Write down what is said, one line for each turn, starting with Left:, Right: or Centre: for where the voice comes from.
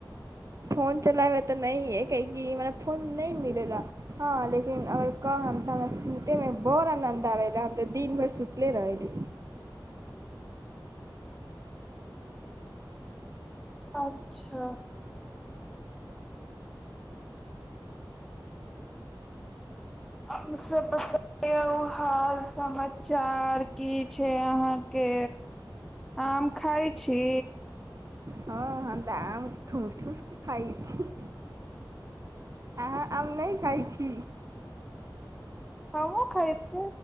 Right: फोन चलाबे तऽ नहिये, कियाकि मने फोन नै मिलै ला। हां लेकिन अगर कह हम तऽ हमरा सुते मे बड़ आनन्द आबैला, हम तऽ दिन भैर सुतले रहेली।
Centre: अच्छा। और सब बतैयो हाल-समाचार की छै अहाँ के आम खाय छी।
Right: हां हम तऽ आम ठुस-ठुस खाय छी। अहाँ आम नै खाय छी।
Centre: हमु खाय छी,